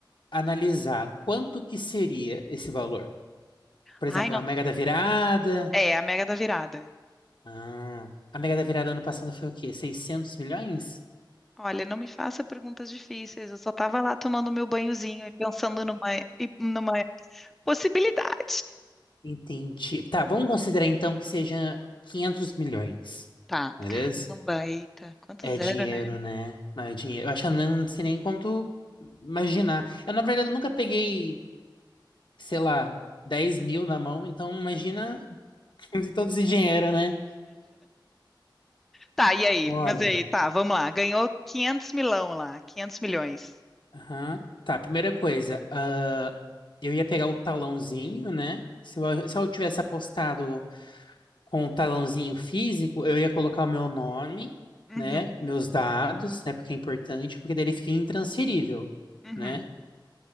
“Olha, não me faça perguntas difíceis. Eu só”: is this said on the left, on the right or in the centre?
Centre